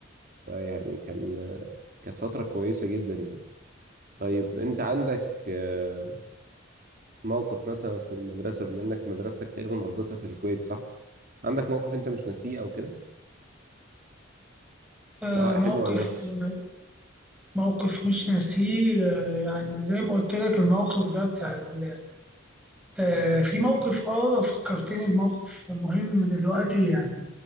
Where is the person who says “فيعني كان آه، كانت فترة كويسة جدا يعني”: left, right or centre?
Right